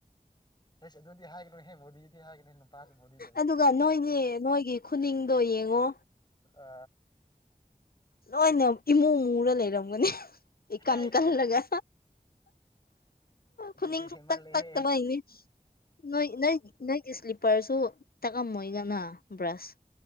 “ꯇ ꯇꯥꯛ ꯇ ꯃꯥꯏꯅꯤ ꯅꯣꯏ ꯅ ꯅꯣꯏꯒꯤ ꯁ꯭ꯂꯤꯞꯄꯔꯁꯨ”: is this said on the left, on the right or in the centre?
Left